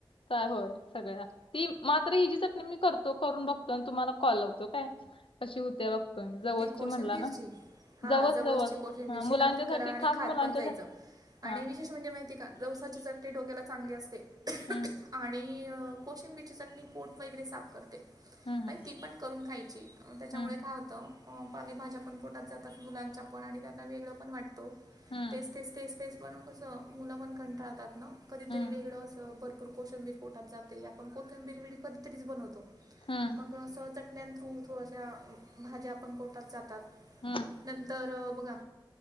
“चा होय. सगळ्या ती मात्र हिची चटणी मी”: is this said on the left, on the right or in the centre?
Left